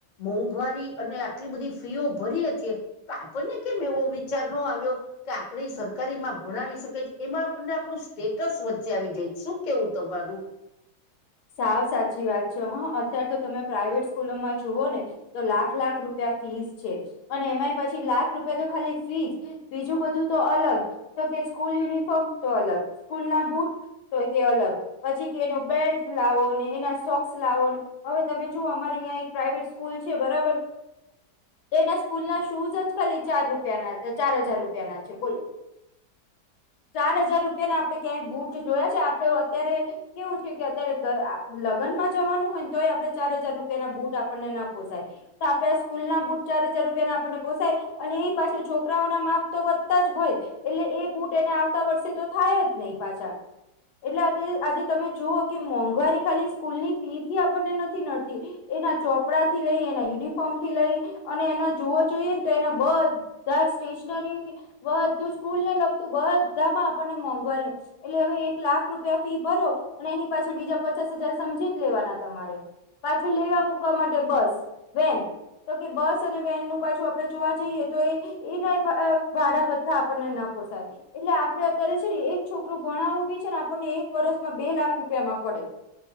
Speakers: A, on the left; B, on the left.
A: મોંઘવારી અને આ ટલી બધી ફીઓ ભરીએ છીએ તો આપણને કેમ એવો વિચાર નો આવ્યો કે આપડી સરકારીમાં ભણાવી શકે છે એમાં આપણને આપડું સ્ટેટસ વચ્ચે આવી જાય શું કેવું તમારું?
B: સાવ સાચી વાત છે હા અત્યારે તો તમે પ્રાઈવેટ સ્કૂલોમાં જુઓ ને તો લાખ લાખ રૂપિ યા ફીસ છે અને એમાં પછી લાખ રૂપિયા તો ખાલી ફીજ બીજું બધું તો અલગ તો કે સ્કૂલ યુનિફોર્મ તો અલગ સ્કૂલ ના બુટ તોએ તે અલગ પછી કે એનો બેલ્ટ હું લાવો ને એના સોક્સ લાવો ને હવે તમે જોુઓ અમારે અહીં એક પ્રાઇવેટ સ્કૂલ છે બરાબર એનાસ સ્કૂલ ના શૂઝ જ ખાલી ચાર રૂપના ચાર હજાર રૂપિયાના છે બોલો. ચાર હજાર રૂપિયા ના આપડે ક્યાંય બુટ જોયા છે આપડે અત્યારે કેવું છે કે અત્યારે ગ આ લગ્નમાં જવાનું હોય ને તો આપડે ચાર હજાર રૂપિયા ના બુટ આપણને ના પોસાય તો આપડે સ્કૂલ ના બૂટ ચાર હજાર રૂપિયા ના આપને પોસાય અને એ પાછે છોકરાઓ ના માપ તો વધતા જ હોય એટલે એ બુટ એને આવતા વર્ષે તો થાય જ નહી પાછા. એટલે આજે તમે જુઓ કે મો ઘવારી ખાલી સ્કૂલ ની ફી થી આપણને નથી નડતી એના ચોપડા થી લઈ એના યુનિફોર્મ થી લઈ અને એના જોવા જોઈએ ને તો એના બધા સ્ટેશનરી બધું સ્કૂલને લ તો બધામાં આપણને મોંઘવારીને એટલે હવે એક લાખ રૂપિયા ફી ભરો અને એની પાછળ બીજા પચાસ હજાર સમજી જ લેવાના તમારે પાછું લેવા મૂકવા માટે બસ વેન. તો કે બસ અને વેન નું પાછું આપડે જોવા જઈએ તો એ એ અહ ભાડા ભથ્થા આપણને ન પોસાય. એટલે આપડે અત્યારે છે ને એક છોકરું ભણાવું બી છે ને આપણને એક વર્ષમાં બે લાખ રૂપિયા મા પડે.